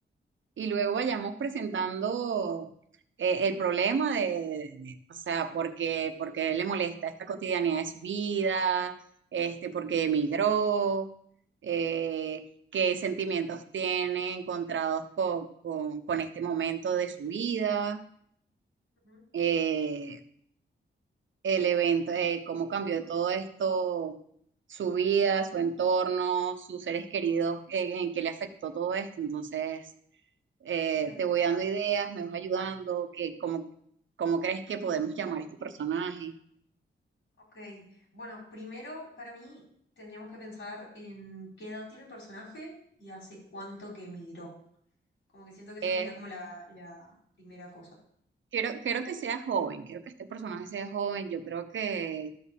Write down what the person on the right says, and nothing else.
y luego vayamos presentando eh, el problema de, de- de- o sea, por qué, por qué le molesta esta cotidianidad de su vida, este, por qué emigró, eh, qué sentimientos tiene encontrados con, con, con este momento de su vida.
Eh, el evento, eh, cómo cambió todo esto, su vida, su entorno, sus seres queridos, en, en qué le afectó todo esto. Entonces, eh,
te voy dando ideas, me vas ayudando, que, cómo, cómo crees que podemos llamar a este personaje.
Eh,
quiero, quiero que sea joven, quiero que este personaje sea joven, yo creo que